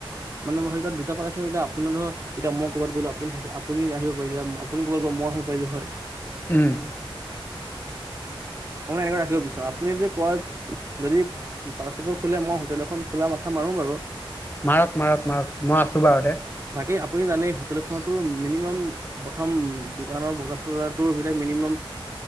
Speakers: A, on the right (about 30°); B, on the left (about 20°).
A: মানে মোৰ ভাগত দুটা পৰা তিনিটা। আপোনাৰ ধৰ, এতিয়া মই ক'বাত গ'লো আপনি থাকিল। আপুনি আহিব মই যাম। আপুনি কৈ দিব মই হে পাৰিলো হয়।
B: উম
A: মই এনেকৈ ৰাখিব বিচাৰো। আপুনি যদি কয়, যদি পাৰ্টনাৰশ্বিপত খোলে, মই হোটেল এখন খোলা মাথা মাৰো বাৰু।
B: মাৰক-মাৰক-মাৰক। মই আছো বাৰু দে।
A: বাকী আপুনি জানেই হোটেল এখনত টো মিনিমাম প্ৰথম দোকানৰ বজাৰ চজাৰটোৰ মিলাক মিনিমান